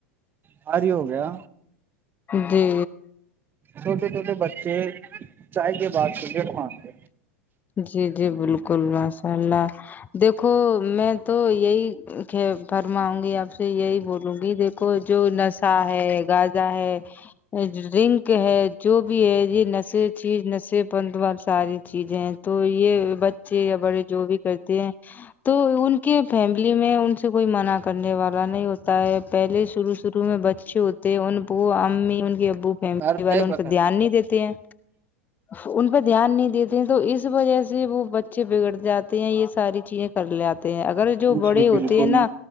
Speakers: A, on the right; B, on the left.
A: بھاری ہو گیا
B: جی
A: چھوٹے چھوٹے بچے چائے کے بعد سگریٹ مارتے
B: جی جی بالکل ماشاء اللہ دیکھو میں تو یہی کھ فرماؤں گی آپ سے یہی بولوں گی دیک کو جو نشہ ہے گاجا ہے ڈرنک ہے جو بھی ہے یہ نشے چیز نشے پنت وال ساری چیزیں ہیں تو یہ بچے یا بڑے جو بھی کرتے ہیں تو ان کے فیملی میں ان سے کوئی منع کرنے والا نہیں ہوتا ہے پہلے شرو شروع میں بچے ہوتے ہیں ان وہ امی ان کے ابو فملی
A: یار
B: والے
A: کیا ہی
B: ان
A: بتا
B: پہ دھیان
A: دیں۔
B: نہیں دیتے ہیں ان پہ دھیان نہیں دیتے ہیں تو اس وجہ سے وہ بچے بگڑ جاتے تے ہیں یہ ساری چیزیں کر لے آتے ہیں اگر جو
A: جی
B: بڑے ہوتے
A: بالکل
B: ہیں نا